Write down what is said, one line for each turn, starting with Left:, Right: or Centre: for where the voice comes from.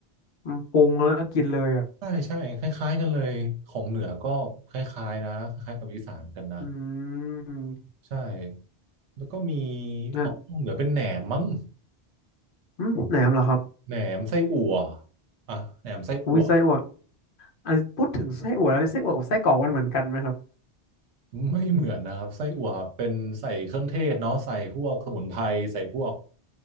Left: มาปรุงแล้วก็กินเลยอ่ะ
Right: ใช่ใช่คล้ายๆกันเลยของเหนือก็คล้ายๆนะคล้ายๆกับอีสานเหมือนกันนะ
Left: อืม
Right: ใช่แล้วก็มี
Left: งั้น
Right: อ๋อเหนือเป็นแหนมมั้ง
Left: อืมแหนมเหรอครับ
Right: แหนมไส้อั่วอ่ะแหนมไส้อั่ว
Left: อุ้ยไส้อั่วอ่ะพูดถึงไส้อั่วแล้วเนี่ยไส้อั่วกับไส้กรอกมันเหมือนกันไหมครับ
Right: ไม่เหมือนนะครับไส้อั่วเป็นใส่เครื่องเทศเนาะใส่พวกสมุนไพรใส่พวก